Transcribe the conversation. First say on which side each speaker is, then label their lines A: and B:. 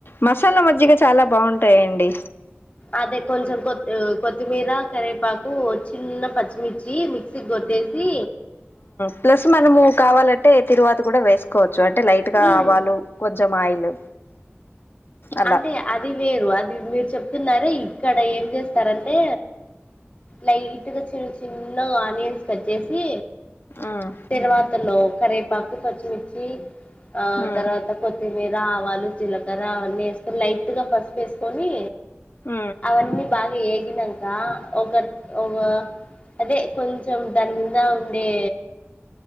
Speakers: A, on the left (about 55°); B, on the left (about 30°).
A: మసాలా మజ్జిగ చాలా బాగుంటాయండి
B: అదే కొంచెం కొ కొత్తిమీర కరివేపాకు చిన్న పచ్చిమిర్చి మిక్సి గొట్టేసి
A: ప్లస్ మనము కావాలంటే తిరువాత కూడా వేసుకో కోవచ్చు అంటే లైట్గా
B: మ్మ్
A: ఆవాలు కొంచం ఆయిల్ అలా
B: అంటే అది వేరు అది మీరు చెప్తున్నారే ఇక్కడ ఏం చేస్తారంటే లైట్గా చిన్న చిన్న గ ఆనియన్స్ కట్ చేసి
A: ఉమ్
B: తిరమాతలో కరేపాకు పచ్చిమిర్చి ఆ
A: ఉమ్
B: తర్వాత కొత్తిమీర ఆవాలు జీలకర్ర అవన్నీ వేసుకొని లైట్ గా పసుపు వేసుకొని
A: మ్
B: అవన్నీ బాగా ఏగినంక ఒక ఒ ఆ అదే కొంచెం దాని మింద ఉండే